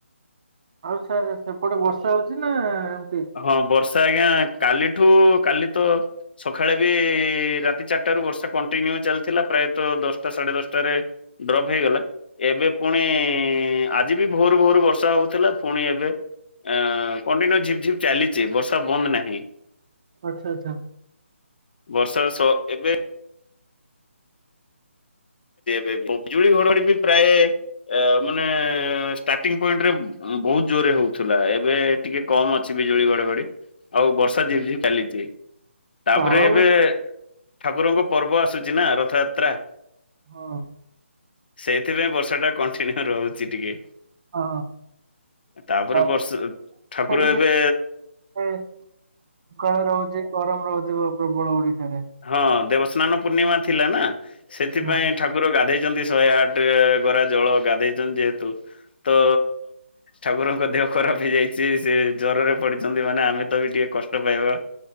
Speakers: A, on the right; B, on the left.
A: ଆଉ ସାର୍ ସେପଟେ ବର୍ଷା ହଉ? ନା। ଏମିତି?
B: ହଁ! ବର୍ଷ ତ ଆଜ୍ଞା, କାଲିଠୁ କାଲି ତ ସଖାଳେ ବି ରାତି ଚାରିଟାରୁ ବର୍ଷା କଣ୍ଟିନ୍ୟୁ ଚାଲିଥିଲା ପ୍ରାଏତ ଦଶଟା ସାଢ଼େ ଦଶଟାରେ ଡ୍ରପ୍ ହେଇଗଲା। ଏବେ ପୁଣି ଆଜି ବି ଭୋରୁ ଭୋରୁ ବର୍ଷା ହଉଥିଲା। ପୁଣି ଏବେ ଆଁ କଣ୍ଟିନ୍ୟୁ ଝିପ୍ ଝିପ୍ ଚାଲିଚି ବର୍ଷା ବନ୍ଦ ନାହିଁ।
A: ଅଚ୍ଛା ଚ୍ଛା।
B: ବର୍ଷା ସ ଏବେ ବିଜୁଳି ଘଡଘଡି ବି ପ୍ରାଏ ମାନେ ଷ୍ଟାଟିଙ୍ଗ୍ ପଏଣ୍ଟ୍ ରେ ବହୁତ୍‌ ଜୋରେ ହଉଥିଲା। ଏବେ ଟିକେ କମ୍ ଅଛି, ବିଜୁଳି ଘଡଘଡି। ଆଉ ବର୍ଷା ଝିପ୍ ଝିପ୍ ଚାଲିଚି। ତା'ପରେ
A: କାଳ
B: ଏବେ
A: ବୈଶାଖୀ
B: ଠାକୁରଙ୍କ ପର୍ବ ଆସୁଚି ନା ରଥଯାତ୍ରା।
A: ହଁ!
B: ସେଇଥିପାଇଁ ବର୍ଷା ଟା କଣ୍ଟିନ୍ୟୁ ରହୁଚି ଟିକେ।
A: ହଁ!
B: ତାପରେ
A: ହଁ।
B: ବର୍ଷ ଠାକୁର
A: କାଳେ
B: ଏବେ
A: ରହୁଛି ଗରମ ରହୁଥିବ ପ୍ରବଳ ଓଡିଶାରେ।
B: ହଁ! ଦେବସ୍ନାନ ପୂର୍ଣ୍ଣିମା ଥିଲା ନା। ସେଥିପାଇଁ
A: ହଁ
B: ଠାକୁର ଗାଧେଇ ଚନ୍ତି, ଶହେ ଆଠେ ଗରା ଜଳ ଗାଧେଇଚନ୍ତି। ଯେହେତୁ ତ ଠାକୁରଙ୍କ ଦେହ ଖରାପ ହେଇଯାଇଚି, ସେ ଜର ରେ ପଡିଚନ୍ତି। ମାନେ ଆମେ ତ ବି ଟିକେ କଷ୍ଟ ପାଇବା।